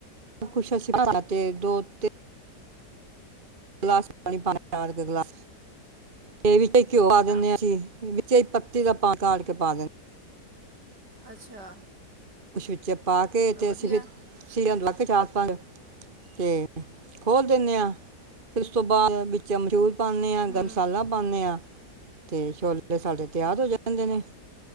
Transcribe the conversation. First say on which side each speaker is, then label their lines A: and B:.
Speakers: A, on the right; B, on the right.
A: ਖੁਸ਼ ਅਸੀ ਪ ਤੇ ਦੋ ਤੇ। ਗਲਾਸ ਪਾ ਗਲਾ ਦੇ। ਘਿਓ ਪਾ
B: ਅੱਛਾ,
A: ਦਿੰਦੇ ਹਾਂ ਅਸੀਂ। ਤੇ ਪੱਤੀ ਦਾ ਪਾਣੀ ਕਾੜ ਕੇ ਪਾ ਦਿੰਨੀ ਆ।
B: ਅੱਛਾ।
A: ਉਸ ਵਿੱਚ। ਪਾ ਕੇ
B: ਚਲੋ
A: ਤੇ
B: ਵਧੀਆ
A: ਅਸੀਂ ਫਿਰ, ਸੀਡੀਆਂ ਲੱਗ ਗਈ ਚਾਲ। ਪਰ ਤੇ ਖੋਲ ਦੇਣੇ ਅ, ਫਿਰ ਉਸ ਬਾਦ ਵਿੱਚ ਅਮਰੂਦ। ਪਾਨੇ ਅ
B: ਹੂੰ
A: ਗਰਮ ਮਸਾਲਾ ਪਾਨੇ ਅ। ਤੇ ਛੋਲੇ ਤੇ ਸਾਡੇ ਤਿਆਰ ਹੋ ਜਾਂਦੇ ਨੇ,